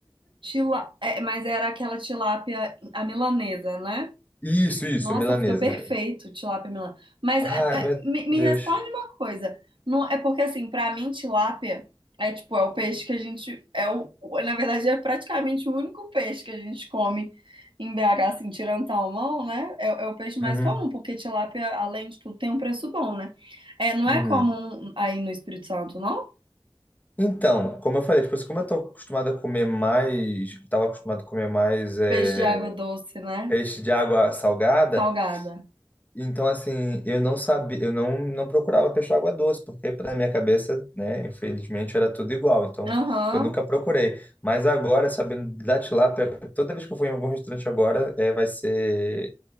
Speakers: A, on the right; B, on the left.
A: Tila... É, mas era aquela tilápia a milanesa, né?
B: Isso, isso,
A: Nossa,
B: milanesa,
A: fica perfeito,
B: né?
A: tilápia melã. Mas
B: Ai,
A: é,
B: meu
A: é, me, me
B: Deus.
A: responde uma coisa. Não, é porque assim, pra mim tilápia é tipo, é o peixe que a gente é o, o- na verdade é praticamente o único peixe que a gente come em BH, assim, tirando salmão, né? É, é o peixe mais
B: Uhum,
A: comum, porque tilápia, além de tudo, tem um preço bom, né? É, não
B: uhum.
A: é comum aí no Espírito Santo, não?
B: Então, como eu falei, tipo, assim, como eu tô acostumado a comer mais, estava acostumado a comer mais é,
A: Peixe de água doce, né?
B: peixe de água salgada,
A: Salgada.
B: então assim, eu não sabia, eu não, não procurava peixe de água doce, porque para minha cabeça, né, infelizmente era tudo igual, então
A: Aham.
B: eu nunca procurei. Mas agora, sabendo da tilápia, toda vez que eu for em algum restaurante agora, é, vai ser